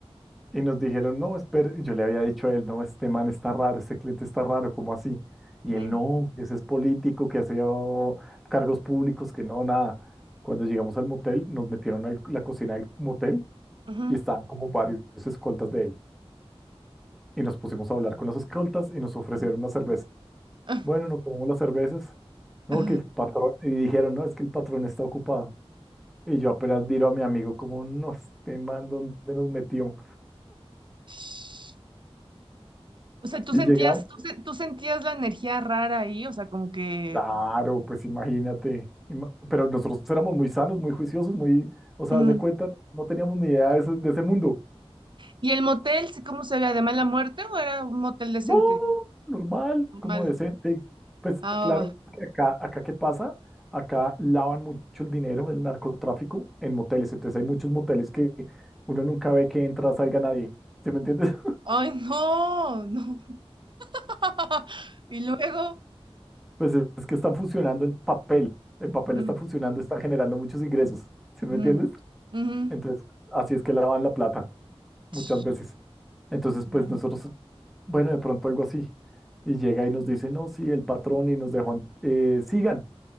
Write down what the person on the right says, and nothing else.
ujú,
ujú,
ujú.
Ah,
Ajá.
Shh. O sea, tú
sentías,
tú, sen- tú sentías la energía rara ahí, o sea, como que.
ujú.
¿Y el motel, sí, cómo se ve? ¿De mala muerte o era un motel decente?
Normal.
Ah,
va. va.
Ay, no, no. <laughs> Y luego.
mm,
ujú,
ujú,
ch,
ya,